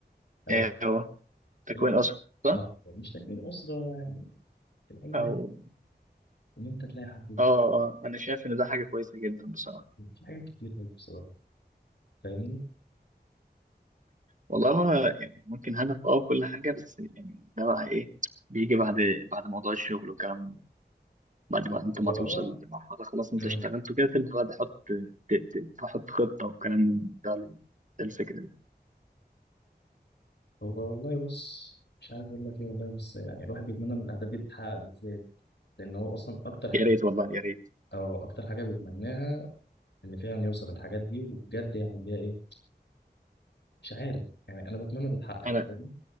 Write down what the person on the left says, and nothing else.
هدف
تلاقي
اه يعني مش تكوين اسره يعني العيله
ان انت تلاقي حد يفيد.
في حاجات كتير برضو بصراحه فاهمني
هو
اه
مم.
هو والله بص مش عارف اقول لك ايه والله بص يعني الواحد بيتمنى ان الاهداف دي تتحقق بالذات لان هو اصلا اكتر حاجه
او اكتر حاجه بيتمناها ان فعلا يوصل للحاجات دي وبجد يعني اللي هي ايه مش عارف يعني انا بتمنى تتحقق
فاهمني؟